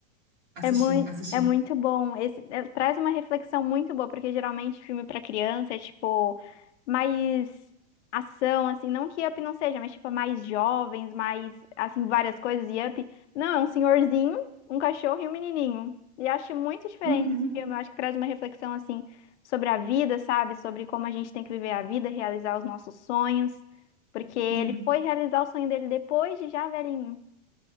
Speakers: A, on the right; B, on the left.
A: Assisti,
B: É muito,
A: assisti.
B: é muito bom. Esse, é, traz uma reflexão muito boa, porque geralmente filme para criança é tipo mais ação, assim, não que Up não seja, mas tipo é mais jovens, mais assim várias coisas e Up, não, é um senhorzinho, um cachorro e um menininho. E acho muito diferente
A: Uhum.
B: esse filme. Eu acho que traz uma reflexão assim sobre a vida, sabe? Sobre como a gente tem que viver a vida, realizar os nossos sonhos, porque ele
A: Sim,
B: foi realizar o sonho dele depois de já velhinho.